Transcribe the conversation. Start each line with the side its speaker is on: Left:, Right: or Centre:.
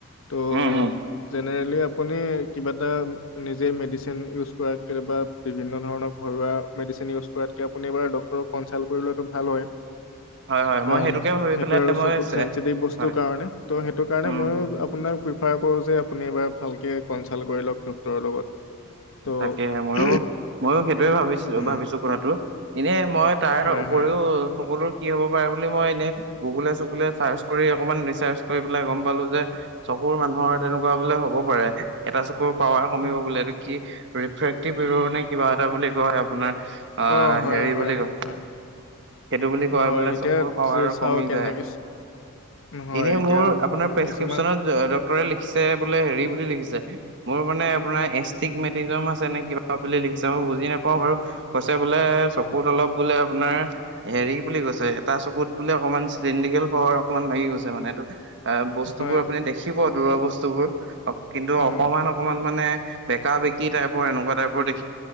Left: ত'
Right: উম উম।
Left: যেনে আপুনি কিবা এটা নিজে মেডিচিন ইউজ কৰে কেতিয়াবা বিভিন্ন ধৰণৰ ঘৰুৱা মেডিচিন ইউজ কৰাতকে আপুনি এবাৰ ডক- ক্তৰক কনচাল্ট কৰি লোৱাটো ভাল হয়
Right: হয় হয়
Left: কাৰণ
Right: মই সেইটোকে ভাবি
Left: সেইটো
Right: পেলাই
Left: আৰু
Right: মই
Left: চকুত চেনচিটিভ বস্তুৰ
Right: হয়
Left: কাৰণে ত সেইটো কাৰণে
Right: উম।
Left: মইয়ো আপোনাক পি ফাৰ কৰো যে আপুনি এবাৰ ভালকে কনচাল্ট কৰি লওক ডক্তৰৰ লগত ত'
Right: তাকে হে মইয়ো মইয়ো সেইটোয়ে ভাবিছিলো
Left: উম
Right: ভাবিছো কথাটো এনে মই তাৰ
Left: হয়
Right: উপৰিও
Left: হয়
Right: চকলোত কি হ'ব পাৰে বুলি মই এনেই গুগুলে চুগুললে চাৰ্চ কৰি অকমান ৰিচাৰ্চ কৰি পেলাই গম পালো যে চকুৰ মানুহৰ তেনেকুৱা বোলে হ'ব পাৰে এটা চকুৰ পাৱাৰ কমিব
Left: উম।
Right: বোলে এইটো কি ৰিফ্ৰে্টিভ ৰ না কিবা এটা বুলি ক আপোনাৰ
Left: অঁ হয়
Right: হেৰি
Left: হয়
Right: বুলি ক
Left: হয়
Right: সেইটো বুলি কয়
Left: হয়
Right: বোলে
Left: এতিয়া
Right: চকুৰ পাৱাৰ
Left: চাওঁ
Right: কমি
Left: কেনেকে
Right: যায়
Left: হয়
Right: এনে
Left: এতিয়া
Right: মোৰ
Left: উম,
Right: আপোনাৰ প্ৰেচকিপচনত
Left: কিছুমান
Right: লিখিছে বোলে হেৰি বুলি লিখিছে মোৰ মানে আপোনাৰ এছটিকমেত <unintelligible> আছে নে কিবা বুলি লিখিছে মই বুজি নাপাওঁ বাৰু কৈছে বোলে চকুত অলপ বোলে আপোনাৰ হেৰি বুলি কৈছে এটা চকুত বোলে অকমান চিলিণ্ডিকেল পাৱাৰ অকনমান লাগি গৈছে মানে এইটো অ বস্তু
Left: হয়
Right: বোৰ আপুনি দেখিব দূৰৰ বস্তুবোৰ কিন্তু
Left: উম
Right: অকমান অকমান মানে বেকা বেক- কি টাইপৰ এনেকুৱা টাইপৰ দেখি